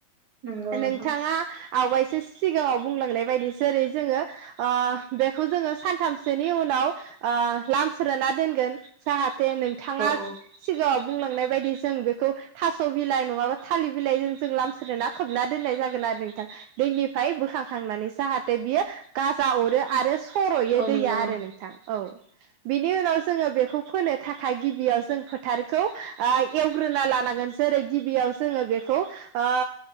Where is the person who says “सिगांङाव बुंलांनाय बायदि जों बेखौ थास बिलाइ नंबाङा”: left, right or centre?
Right